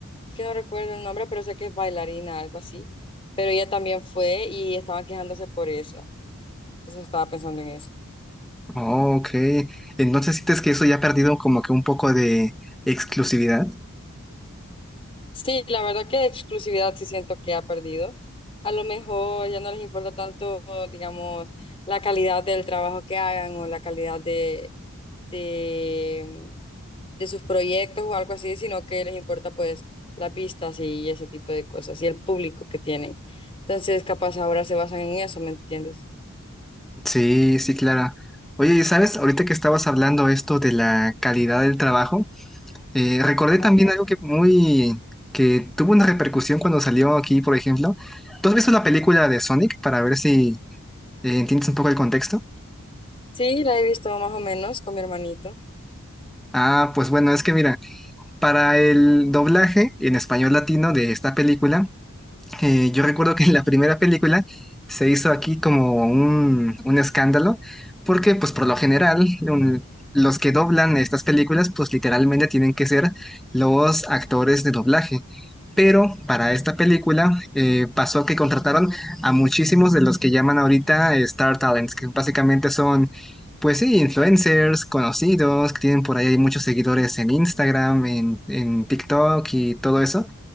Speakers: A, on the left; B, in the centre.
A: es que no recuerdo el nombre, pero sé que es bailarina, algo así, pero ella también fue y estaban quejándose por eso, entonces estaba pensando en eso.
B: Oh, ok. Entonces, ¿sientes que eso ya ha perdido como que un poco de exclusividad?
A: Sí, la verdad que de exclusividad sí siento que ha perdido. A lo mejor ya no les importa tanto, digamos, la calidad del trabajo que hagan o la calidad de, de, de sus proyectos o algo así, sino que les importa pues las vistas y ese tipo de cosas y el público que tienen. Entonces, capaz ahora se basan en eso, ¿me entiendes?
B: Sí, sí, claro. Oye, y sabes, ahorita que estabas hablando esto de la calidad del trabajo, eh, recordé también
A: Ajá,
B: algo que muy, que tuvo una repercusión cuando salió aquí, por ejemplo. ¿Tú has visto la película de Sonic para ver si eh, entiendes un poco el contexto?
A: Sí, la he visto más o menos con mi hermanito.
B: Ah, pues bueno, es que mira, para el doblaje en español latino de esta película, Eh, yo recuerdo que en la primera película se hizo aquí como un, un escándalo, porque pues por lo general un- los que doblan estas películas pues literalmente tienen que ser los actores de doblaje. Pero para esta película eh, pasó que contrataron a muchísimos de los que llaman ahorita eh, Star Talents, que básicamente son, pues sí, influencers conocidos, que tienen por ahí muchos seguidores en Instagram, en, en TikTok y todo eso.